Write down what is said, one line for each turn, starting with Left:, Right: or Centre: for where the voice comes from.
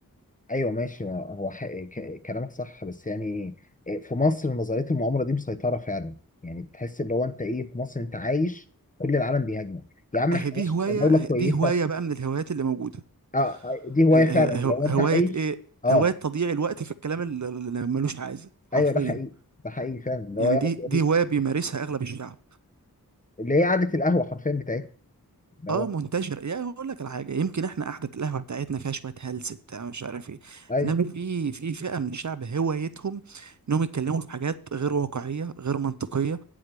Left: ايوه ماشي هو ح- ك- كلامك صح بس يعني آه، في مصر نظريه المؤامره دي مسيطره فعلا يعني تحس اللي هو انت ايه في مصر انت عايش كل العالم بيهاجمك يا عم
Right: اهي
Left: احنا
Right: دي
Left: ماشي
Right: هواية
Left: إحنا دوله كويسه
Right: دي هواية بقى من الهوايات اللي موجودة
Left: اه آه، دي هوايه
Right: آه،
Left: فعلا
Right: آه،
Left: لو
Right: هو-
Left: انت
Right: هواية
Left: عايش
Right: ايه
Left: اه
Right: هواية تضييع الوقت في الكلام اللي اللي ملوش عايزة حرفيا
Left: ايوه ده حقيقي ده حقيقي فعلا اللي
Right: يعني
Left: هو يقعد
Right: دي
Left: يقول
Right: دي هواية بيمارسها اغلب الشعب
Left: اللي هي قعدة القهوة حرفيا بتاعتها اللي
Right: اه
Left: هو
Right: منتشر يا هقول لك على حاجه يمكن احنا قعده القهوه بتاعتنا فيها شويه هلس بتاع مش عارف ايه
Left: ايوه
Right: انما في في فئه من الشعب هوايتهم انهم يتكلموا في حاجات غير واقعيه غير منطقيه